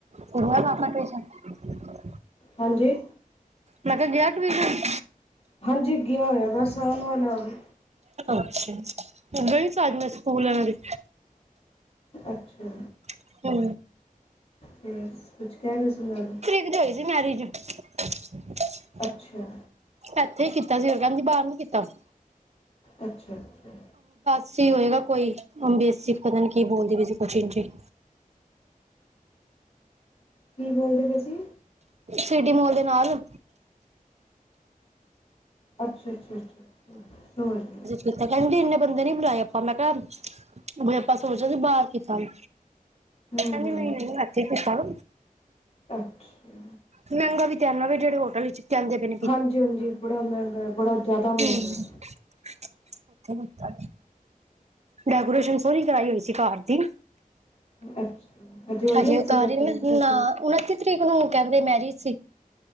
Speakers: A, on the right (about 50°); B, on the left (about 45°).
A: ਕਰਵਾ ਲਿਆ ਆਪਣਾ ਆਪਰੇਸ਼ਨ।
B: ਹਾਂਜੀ।
A: ਮੈਂ ਕਿਹਾ ਗਿਆ ਟਵੀਸ਼ਨ।
B: ਹਾਂਜੀ, ਗਿਆ ਹੋਇਆ ਬਸ, ਆਣ ਵਾਲਾ ਓ ਵੀ।
A: ਅੱਛਾ, ਗਈ ਸਾਂ ਮੈਂ ਸਕੂਲ ਇਹਨਾਂ ਦੇ।
B: ਅੱਛਾ,
A: ਹੂੰ
B: ਫਿਰ ਕੁਝ ਕਹਿ ਰਹੇ ਸੀ ਮੈਡਮ?
A: ਕਿਦੇ ਹੋਈ ਸੀ ਮੈਰਿਜ? <unintelligible>
B: ਅੱਛਾ।
A: ਇੱਥੇ ਹੀ ਕੀਤਾ ਸੀ ਉਹ ਕਹਿੰਦੀ ਬਾਹਰ ਨੀ ਕੀਤਾ ਬਸ।
B: ਅੱਛਾ ਅੱਛਾ
A: ਸੀ ਹੋਏਗਾ ਕੋਈ ਬੇਸਿਕ ਪਤਾ ਨੀ ਕੀ ਬੋਲਦੀ ਭਾਈ ਸੀ ਕੁਝ ਇੰਜੀ।
B: ਕੀ ਬੋਲਦੀ ਪਏ ਸੀ?
A: ਸਿਟੀ ਮੋਲ ਦੇ ਨਾਲ।
B: ਅੱਛਾ-ਅੱਛਾ-ਅੱਛਾ ਸਮਝ ਗਈ।
A: ਉ ਤਾ ਕਹਿੰਦੀ ਪਈ ਇੰਨੇ ਬੰਦੇ ਨੀ ਬੁਲਾਏ ਆਪਾਂ ਮੈਂ ਕਿਹਾ ਆਪਾਂ ਸੋਚਦੇ ਸੀ ਬਾਹਰ ਕਿਤਾ ਹਾਈ।
B: ਹੂੰ
A: ਕਹਿੰਦੀ
B: ਹੂੰ
A: ਨਹੀਂ-ਨਹੀਂ ਇੱਥੇ ਕੀਤਾ
B: ਅੱਛਾ
A: ਮਹਿੰਗਾ ਵੀ ਕਿੰਨਾ ਕਹਿਨਾ ਵੀ ਜਿਹੜੇ ਹੋਟਲ ਵਿੱਚ ਕਹਿੰਦੇ ਪਏ ਨੇ
B: ਹਾਂਜੀ-ਹਾਂਜੀ, ਬੜਾ ਮਹਿੰਗਾ ਬੜਾ ਜ਼ਿਆਦਾ
A: ਹੋਰ
B: ਮਹਿੰਗਾ ਹੈ
A: <unintelligible> ਡੈਕੋਰੇਸ਼ਨ ਸੋਹਣੀ ਕਰਾਈ ਹੋਈ ਸੀ ਘਰ ਦੀ।
B: ਅੱਛਾ ਹਜੇ ਹੋਈ
A: ਅਜੇ
B: ਹੈ ਇਸੇ
A: ਉਤਾਰੀ
B: ਡੈਕੋਰੇਸ਼ਨ
A: ਨਹੀਂ ਉਹਨਾਂ ਨੇ ਓਨਤੀ ਤਰੀਕ ਨੂੰ ਕਹਿੰਦੇ ਮੈਰਿਜ ਸੀ।